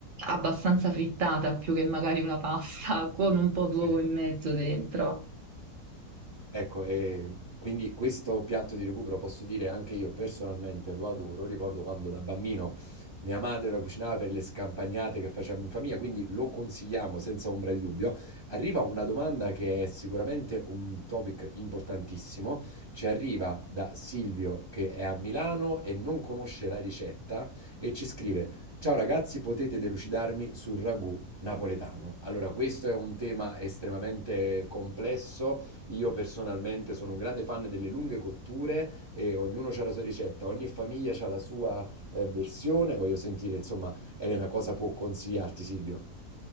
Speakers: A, on the right; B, on the right.
A: abbastanza frittata, più che magari una pasta <laughs> con un po' d'uovo
B: <laughs>
A: in mezzo dentro.
B: Ecco, e quindi questo piatto di recupero posso dire anche io personalmente lo adoro. Ricordo quando da bambino mia madre la cucinava per le scampagnate che facciamo in famiglia, quindi lo consigliamo senza ombra di dubbio. Arriva una domanda che è sicuramente un topic importantissimo. Ci arriva da Silvio che è a Milano e non conosce la ricetta e ci scrive: Ciao ragazzi, potete delucidarmi sul ragù napoletano? Allora, questo è un tema estremamente complesso io personalmente sono un grande fan delle lunghe cotture e ognuno ha la sua ricetta, ogni famiglia ha la sua eh, versione. Voglio sentire, insomma, Elena, cosa può consigliarti, Silvio?